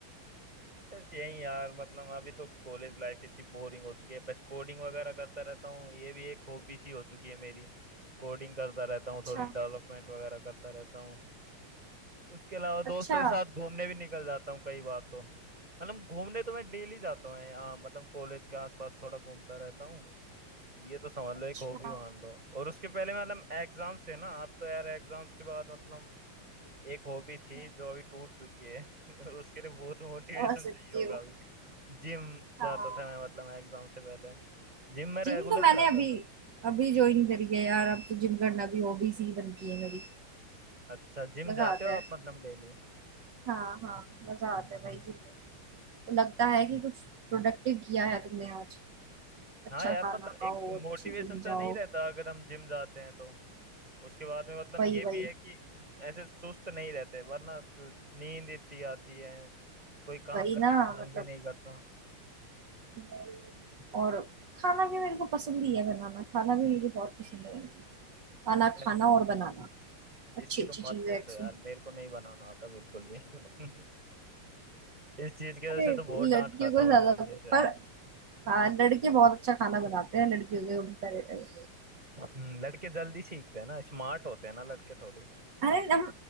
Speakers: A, on the right; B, on the right.
A: बस यही यार मतलब अभी तो कॉलेज लाइफ इतनी बोरिंग हो चुकी है बस कोडिंग वगैरह करता रहता हूँ ये भी एक हॉबी सी हो चुकी है मेरी कोडिंग करता रहता हूँ
B: अच्छा
A: थोड़ी डेवलपमेंट वगैरह करता रहता हूँ उसके अलावा दोस्तों
B: अच्छा
A: के साथ घूमने भी निकल जाता हूँ कई बार तो मतलब घूमने तो मैं डेली जाता हूँ हाँ, मतलब कॉलेज के आसपास थोड़ा घूमता रहता हूँ ये तो समझ
B: अच्छा
A: लो एक हॉबी मान लो और उसके पहले मतलब एग्जाम्स थे ना अब तो यार एग्जाम्स के बाद मतलब एक हॉबी थी
B: हम्म,
A: जो अभी टूट चुकी है <laughs> उसके लिए बहुत मोटिवेशन
B: समझ सकती
A: चाहिए होगा
B: हूँ
A: अभी जिम
B: हाँ
A: जाता था मैं मतलब मैं एग्जाम से पहले जिम में रेगुलर
B: जिम तो मैंने
A: जाता
B: अभी
A: था
B: अभी ज्वाइन करी है यार अब तो जिम करना भी हॉबीज ही बन गई है मेरी
A: अच्छा जिम
B: मजा
A: जाते
B: आता
A: हो आप
B: है
A: मतलब डेली
B: हाँ हाँ मजा आता है भाई जिम में तो लगता है कि कुछ प्रोडक्टिव किया है तुमने आज अच्छा
A: हाँ यार
B: खाना
A: मतलब
B: खाओ
A: एक
B: अच्छी
A: मोटिवेशन
B: जिम
A: सा
B: जाओ
A: नहीं रहता अगर हम जिम जाते हैं तो उसके बाद में मतलब
B: वही
A: ये
B: वही
A: भी है कि ऐसे सुस्त नहीं रहते वरना नींद इतनी आती है कोई काम
B: वही
A: करने
B: ना
A: का मन
B: मतलब
A: भी नहीं करता
B: वही और खाना भी मेरे को पसंद ही है बनाना खाना भी मुझे बहुत पसंद है बनाना खाना
A: अरे,
B: खाना और बनाना अच्छी
A: इसकी तो
B: अच्छी
A: मत
B: चीजें
A: पूछो
B: actually।
A: यार मेरे को नहीं बनाना आता बिल्कुल भी <laughs> इस चीज की वजह
B: अरे
A: से तो बहुत
B: लड़कियों
A: डांट खाता
B: को
A: हूँ
B: ज्यादा
A: मैं मम्मी से
B: पर हाँ लड़के बहुत अच्छा खाना बनाते हैं लड़कियों के कंपेरेटिव
A: हम्म, लड़के जल्दी सीखते हैं ना स्मार्ट होते हैं ना लड़के थोड़ी
B: अरे हम